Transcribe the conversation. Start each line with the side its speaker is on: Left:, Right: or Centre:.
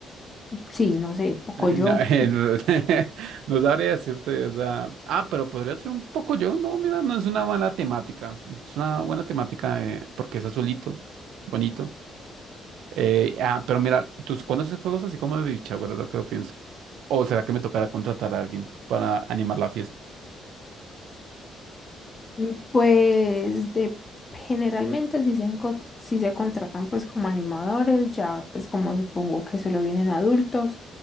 Left: sí, no sé, Pocoyo.
Right: <laughs> No, Eh, No, <laughs> el- no sabría decirte, o sea, ah, pero podría ser un poco yo, no, mira, no es una mala temática, es es una buena temática eh, porque es azulito, bonito. Eh, ah, pero mira, ¿tú conoces juegos así como de bicha, verdad? Lo que lo pienso. ¿O será que me tocará contratar a alguien para animar la fiesta?
Left: Mm, Pues de generalmente si se, enco- si se contratan pues como animadores, ya pues como supongo que solo vienen adultos,